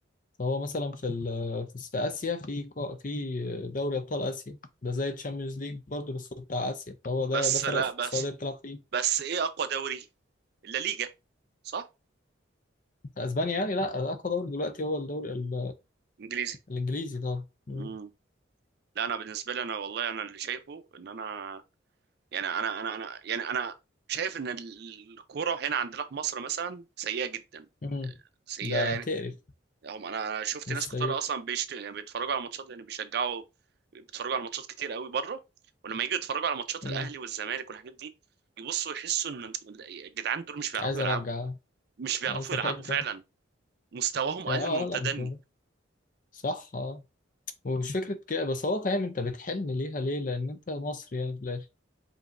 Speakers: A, on the left (about 40°); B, on the right (about 55°).
A: فهو مثلا في ال... في س- اسيا في كو- في دوري ابطال اسيا ده زي التشامبيونز ليج برضه بس هو بتاع اسيا فهو ده
B: بس
A: ده فرق
B: لا
A: السعوديه
B: بس
A: بتلعب فيه
B: بس ايه اقوى دوري اللا ليجا صح
A: في اسبانيا يعني لا اقوى دوري دلوقتي هو الدوري ال...
B: انجليزي
A: الانجليزي طبعا مم.
B: مم. لا انا بالنسبه لي انا والله انا اللي شايفه ان انا يعني انا انا انا يعني انا شايف ان الكوره هنا عندنا في مصر مثلا سيئه جدا
A: مم.
B: سيئه
A: ده
B: يعني
A: تقرف
B: هم انا أنا شفت
A: بس
B: ناس كتير اصلا بيشت... يعني بيتفرجوا على ماتشات يعني بيشجعوا بيتفرجوا على ماتشات كتير قوي بره ولما يجوا يتفرجوا على ماتشات
A: هي
B: الاهلي والزمالك والحاجات دي يبصوا يحسوا ان الجدعان دول مش بيعرفوا
A: عايز
B: يلعبوا
A: ارجع
B: مش بيعرفوا
A: عايز ارجع
B: يلعبوا فعلا مستواهم
A: يا
B: اقل
A: اه
B: من المتدني
A: لا مش عارف. صح اه ومش فكرة كده بس هو فاهم انت بتحن ليها ليه لان انت مصري يعني في الاخر